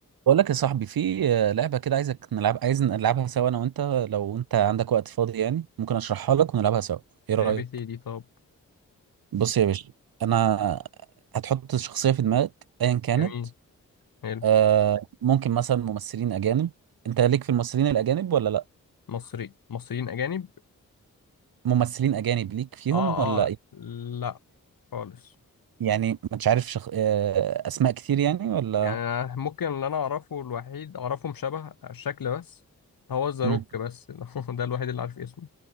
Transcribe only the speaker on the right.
بقول لك يا صاحبي في آه، لعبة كده عايزك نلعب عايز نلعبها سوا انا وانت لو انت عندك وقت فاضي يعني ممكن اشرحها لك ونلعبها سوا ايه رأيك
بص يا باشا انا هتحط شخصية في دماغك ايا كانت
آه ممكن مثلا ممثلين اجانب انت ليك في الممثلين الاجانب ولا لا
ممثلين اجانب ليك فيهم
ولا
إيه؟
يعني مش عارف شخ... آه اسماء كتير يعني ولا
مم.